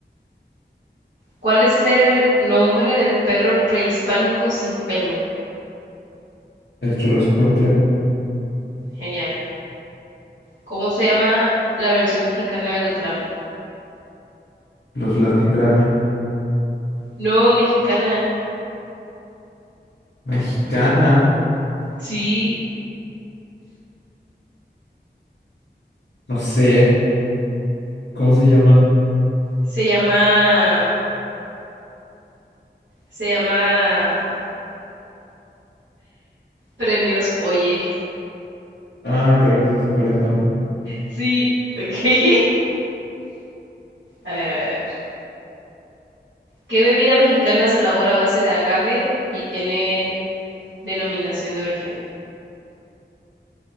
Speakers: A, on the right; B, on the left.
A: ¿Cuál es el nombre del perro prehispánico sin pelo?
B: el Cholo Escuincle,
A: Genial. ¿Cómo se llama la versión mexicana de los Grammy?
B: los Latin Grammy,
A: No, mexicana.
B: mexicana,
A: Sí,
B: no sé, ¿cómo se llaman?
A: se llama, se llama Premios Oye.
B: Ah, creo que sí sé cuáles son.
A: Sí, ok. <laughs> A ver, a ver, a ver. ¿Qué bebida mexicana se elabora a base de agave y tiene denominación de origen?